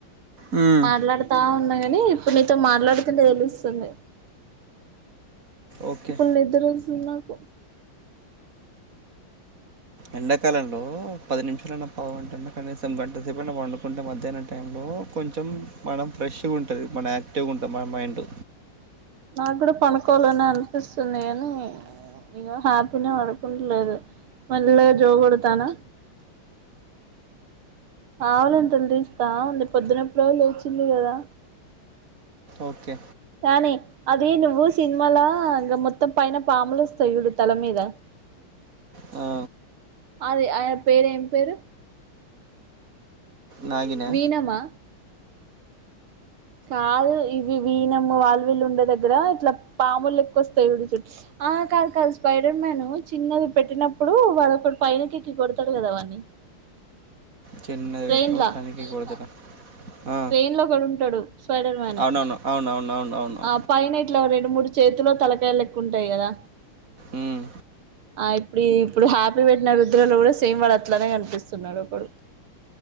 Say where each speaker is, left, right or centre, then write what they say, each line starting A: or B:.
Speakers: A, on the right (about 40°); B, on the right (about 85°).
A: మ్మ్.
B: మాట్లాడుతా ఉన్నా గాని ఇప్పుడు నీతో మాట్లాడుతుంటే తెలుస్తుంది.
A: ఓకే
B: ఫుల్ నిద్ర వస్తుంది నాకు
A: ఎండాకాలంలో పది నిమిషాలున్న పావు గంట అయినా కనీసం గంట సేప వండుకుంటే మధ్యాహ్న టైంలో కొంన్ చెం మనం ఫ్రెష్గా ఉంటుంది మన యాక్టివ్గా ఉంటుంది మన మైండ్
B: నాకు కూడా పనుకోవాలనే అనిపిస్తుంది అని ఇక హ్యాపీనే పడుకుంలేదు మళ్ళీ జో కొడతానా. ఆవలింతలు తీస్తా ఉంది పొద్దునప్పుడో వచ్చింది కదా
A: ఓకే
B: కానీ అద నువ్వు సినిమాల ఇంకా మొత్తం పైన పాములు వస్తాయి చూడు తల మీద
A: మీద ఆ
B: అదే ఆయన పేరు ఏం పేరు
A: నాగినా
B: వీణమా కాదు ఇవి వినము వాల్వీల్లుు ఉండే దగ్గర ఇట్లా పాములు ఎక్కువ వస్తాయి ఉడి చు ఆ కాదు కాదు స్పైడర్ మ్యాన్ చిన్నది పెట్టినప్పుడు వాడఅక్కడ పైైనకి ఎక్కి కొడతాడు కదా వాన్ని.
A: చిన్నది
B: ట్రైన్లా
A: పాటినవ్ పనికి <unintelligible> ఆ
B: ట్రైన్ లో కూడా ఉంటాడు స్పైడర్ మాన్
A: అవునవును అవునవును అవును అవును
B: ఆ పైన ఇట్లా రెండు మూడు చేతులో తలకాయలు ెక్కుంటాయి కదా
A: ఉమ్
B: ఆ ఇప్పుడు ఇప్పుడు హ్యాపీ పేట్ నా రుద్రలో కూడా సేమ్ వాడుు అట్లానే కనిపిస్తున్నాడు ఒకడు